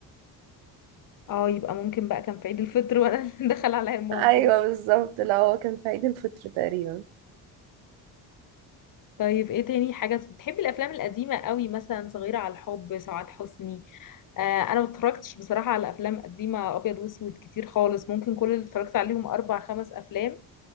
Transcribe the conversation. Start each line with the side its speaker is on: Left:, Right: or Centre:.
Left: اه يبقى ممكن بقى كان في عيد الفطر وانا <laughs> اللي دخل عليا الموضوع
Right: ايوه بالظبط لا هو كان في عيد الفطر تقريبا
Left: طيب ايه تاني حاجة بتحبي الافلام القديمة قوي مثلا صغيرة على الحب سعاد حسني آه انا ما اتفرجتش بصراحة على افلام قديمة ابيض واسود كتير خالص ممكن كل اللي اتفرجت عليهم اربع خمس افلام